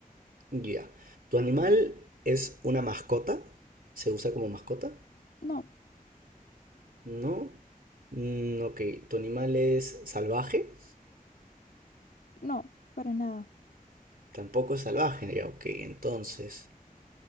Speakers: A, on the right (about 80°); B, on the left (about 90°).
A: Ya. ¿Tu animal es una mascota? ¿Se usa como mascota?
B: No,
A: No. Mm, ok. ¿Tu animal es salvaje?
B: no, para nada.
A: Tampoco es salvaje. Ya, ok. Entonces,